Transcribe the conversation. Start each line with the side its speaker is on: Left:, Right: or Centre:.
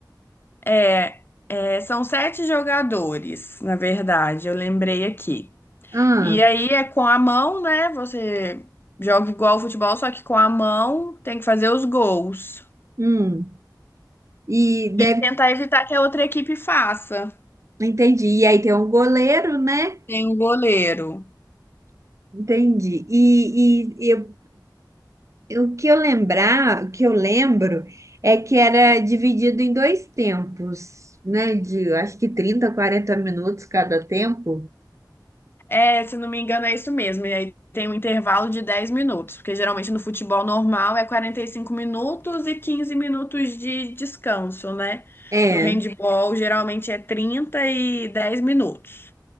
Left: É, é, são sete jogadores, na verdade, eu lembrei aqui.
Right: Ah,
Left: E aí é com a mão, né? Você joga igual ao futebol, só que com a mão tem que fazer os gols.
Right: hum. E deve.
Left: Tentar evitar que a outra equipe faça.
Right: Entendi. E aí tem um goleiro, né?
Left: Tem um goleiro.
Right: Entendi. E, e, e O que eu lembrar, o que eu lembro é que era dividido em dois tempos, né? De acho que 30, 40 minutos cada tempo.
Left: É, se não me engano, é isso mesmo. E aí tem um intervalo de 10 minutos, porque geralmente no futebol normal é 45 minutos e 15 minutos de descanso, né?
Right: É.
Left: No handball geralmente é 30 e dez minutos.